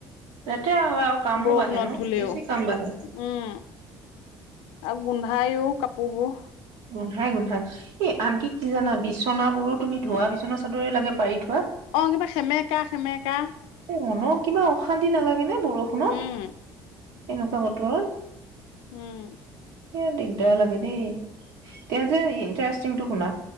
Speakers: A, on the right; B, on the left.
A: তাত তেয়া হয় আৰু কামো
B: বৰষুণত
A: বাঢ়ে ন
B: ধুলেও
A: বেছি কাম বাঢ়ে
B: উম আৰু গোন্ধাইও কাপোৰ বোৰ
A: গোন্ধাই গোন্ধাই এ আনকি কি জানা বিচনবোৰো তুমি ধোৱা বিচনা চাদৰে লাগে পাৰি থোৱা
B: অ কিবা সেমেকা সেমেকা
A: অ মনৰ কিবা অশান্তি নালাগে নে বৰষুণত
B: উম
A: এনেকোৱা বতৰত
B: উম
A: সে দিগদাৰ লাগে দেই তে যে ইণ্টাৰেষ্টিংটো শুনা